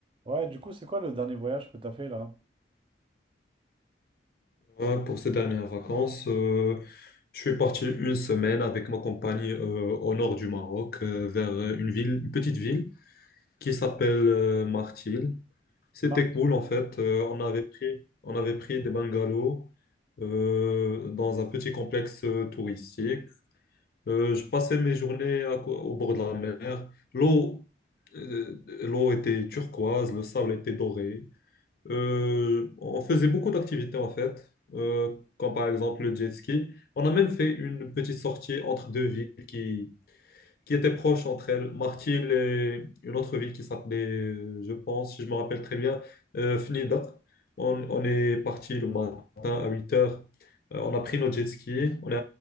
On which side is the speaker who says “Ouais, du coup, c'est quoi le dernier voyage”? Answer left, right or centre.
Right